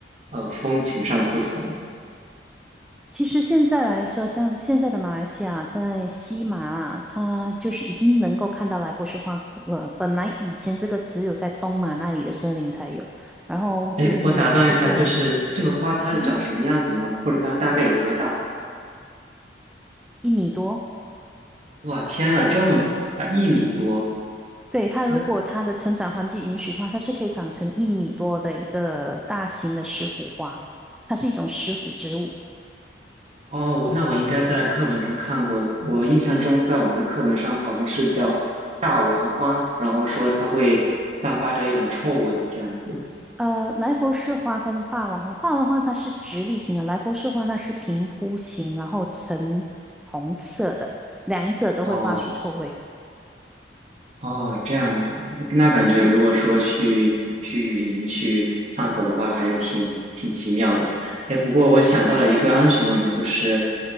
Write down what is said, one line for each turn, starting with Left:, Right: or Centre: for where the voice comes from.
Right: 呃风情上的不同。
Centre: 其实现在来说，像现在的马来西亚，在西马啊，它就是已经能够看到来佛士花了。本来以前这个只有在东马那里的森林才有，然后最近我去过，
Right: 诶，我打断一下，就是这个花它是长什么样子呢？
Centre: 嗯哼，
Right: 或者说它大概有多大？
Centre: 一米多。
Right: 哇，天呐，这么大，一米多，
Centre: 对，它如果它的成长环境允许的话，
Right: 那。
Centre: 它是可以长成一米多的一个大型的石斛花，它是一种石斛植物。
Right: 哦，那我应该在课本上看过。我印象中，在我们的课本上好像是叫大王花，然后说它会散发着一种臭味，这样子。
Centre: 呃，来佛士花跟霸王花，霸王花它是直立型的，来佛士花它是平铺型，然后呈红色的，两者都会发出臭味。
Right: 哦哦，这样子，那感觉如果说去去雨林去探索的话，
Centre: 嗯
Right: 还是挺挺奇妙的。哎，不过我想到了一个安全问题，就是